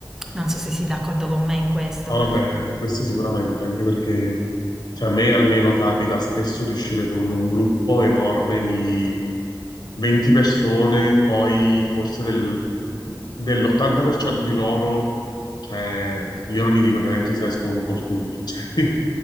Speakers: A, in the centre; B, on the left.
A: Non so se sei d'accordo con me in questo.
B: Ah, beh, questo sicuramente, anche perché cioè, a me almeno capita spesso di uscire con un gruppo enorme di 20 persone, poi forse del- dell'80% di loro, cioè, io non gli dico neanche se esco con qualcuno. <laughs> Cioè,